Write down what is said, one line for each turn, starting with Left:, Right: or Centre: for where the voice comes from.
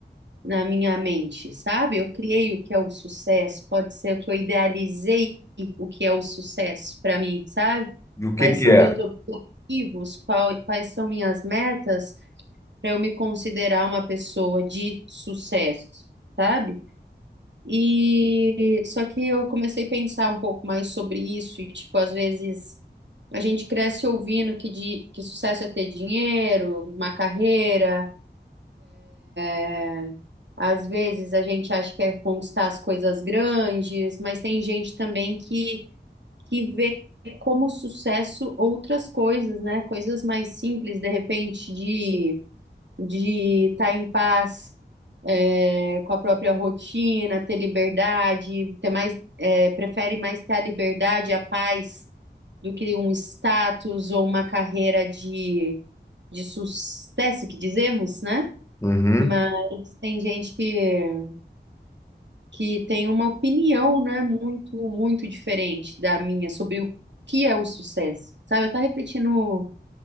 Right: na minha mente, sabe? Eu criei o que é o sucesso, pode ser que eu idealizei o que é o sucesso para mim, sabe?
Left: e o que
Right: Quais
Left: que
Right: são
Left: é?
Right: meus objetivos, qual- quais são minhas metas? para eu me considerar uma pessoa de sucesso, sabe? E só que eu comecei a pensar um pouco mais sobre isso, e tipo, às vezes a gente cresce ouvindo que, de, que sucesso é ter dinheiro, uma carreira, é, às vezes a gente acha que é conquistar as coisas grandes, mas tem gente também que, que vê como sucesso outras coisas, né? Coisas mais simples, de repente, de de estar em paz É, com a própria rotina, ter liberdade, ter mais, é, prefere mais ter a liberdade, a paz, do que um status ou uma carreira de, de sucesso, que dizemos, né?
Left: Uhum.
Right: Mas tem gente que, que tem uma opinião, né, muito, muito diferente da minha sobre o que é o sucesso. Sabe, eu tava refletindo,